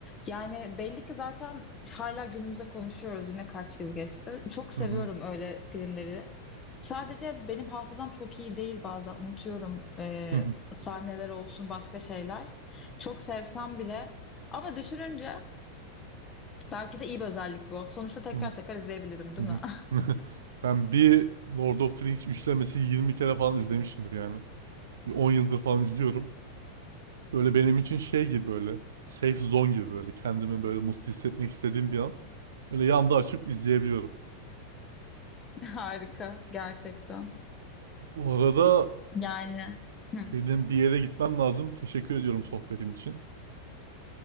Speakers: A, on the left (about 25°); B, on the right (about 65°).
A: Yani belli ki zaten hala günümüzde konuşuyoruz yine kaç yıl geçti. Çok seviyorum
B: Hı hı.
A: öyle filmleri. Sadece benim hafızam çok iyi değil bazen unutuyorum ee,
B: Hı hı.
A: sahneler olsun başka şeyler. Çok sevsem bile ama düşününce belki de iyi bir özellik bu. Sonuçta tekrar
B: Hı
A: tekrar izleyebilirim, değil
B: hı.
A: mi? <laughs>
B: <laughs> Ben bir Lord of the Rings üçlemesini 20 kere falan izlemişimdir yani. Bir 10 yıldır falan izliyorum. Böyle benim için şey gibi böyle safe zone gibi böyle kendimi böyle mutlu hissetmek istediğim bir an. Öyle yanda açıp izleyebiliyorum.
A: <laughs> Harika gerçekten.
B: Bu arada
A: Yani hı.
B: Benim bir yere gitmem lazım. Teşekkür ediyorum sohbetin için.